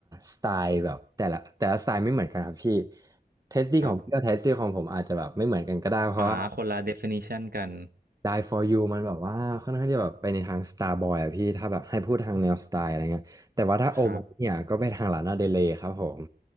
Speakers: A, on the right; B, on the right.
A: สไตล์แบบแต่ละแต่ละสไตล์ไม่เหมือนกันครับพี่เทสตี้ของพี่กับเทสตี้ของผมอาจจะแบบไม่เหมือนกันก็ได้เพราะว่า
B: ครับอ่าคนละ definition กัน
A: Die for you มันแบบว่าค่อนข้างจะแบบไปในทาง Starboy อะพี่ถ้าแบบให้พูดทางแนวสไตล์อะไรเงี้ยแต่ว่าถ้าโอมาเนี่ยก็ไปทางลานาเดเลย์ครับผม
B: ครับ